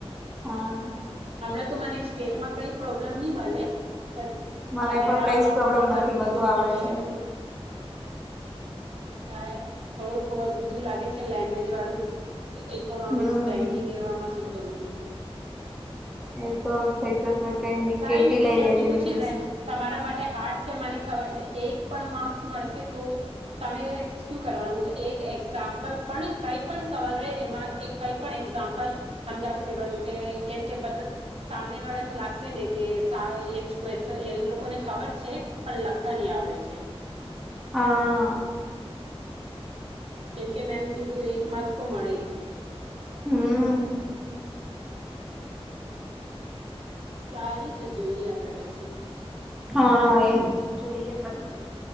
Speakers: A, in the centre; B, on the right (about 70°).
A: હા.
B: હમણાં તો મને સ્ટેટમાં કઈ પ્રોબ્લેમ નહી મળે પછી.
A: મને
B: અને
A: પણ
B: અકાઉન્ટ
A: કઈ જ પ્રોબ્લેમ
B: પણ કરતી
A: નથી બધુ
B: જ છું
A: આવડે છે.
B: એમ હા થોડુંક બધું લાગે છે લેન્ંગવેજ વાળું જ કે ઈકોનોમિક્સ
A: હમ્મ.
B: બેન્કિંગ એમાં શું કરું મેં
A: એ તો થઈ જશે તો
B: કાંઈ
A: કેટી
B: નહી ટીચર
A: લઈ લેજે
B: કીધું
A: બીજું
B: છે ને
A: શું.
B: તમારા માટે હાર્ડ છે મને ખબર છે એક પણ માર્ક્સ મળશે તો તમે શું કરવાનું એક એક્ઝામ્પલ પણ કઈ પણ સવાલ રહે એમાં એક કઈ પણ એક્ઝામ્પલ સમજાવી દેવાનું કે કેમ કે બધા સામેવાળાને લાગે ને કે એજ ક્વેશ એ લોકોને ખબર છે પણ લખતા નહી આવડે છે.
A: હા.
B: કેમ કે મેમ કીધું એક માર્ક તો મળે છે.
A: હમ.
B: સારું છે જોઈએ આપણે પછી.
A: હા એજ જોઈએ પછી